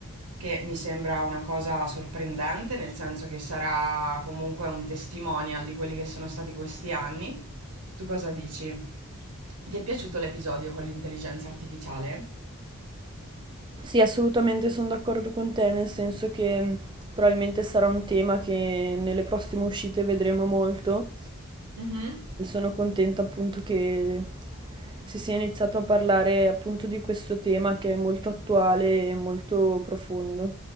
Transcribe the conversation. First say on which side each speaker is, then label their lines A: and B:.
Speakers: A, on the right; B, on the right.
A: che mi sembra una cosa sorprendente, nel senso che sarà comunque un testimonial di quelli che sono stati questi anni. Tu cosa dici? Ti è piaciuto l'episodio con l'intelligenza artificiale?
B: Sì, assolutamente sono d'accordo con te, nel senso che mh, probabilmente sarà un tema che nelle prossime uscite vedremo molto.
A: Mhm.
B: E sono contenta appunto che si sia iniziato a parlare appunto di questo tema che è molto attuale e molto profondo.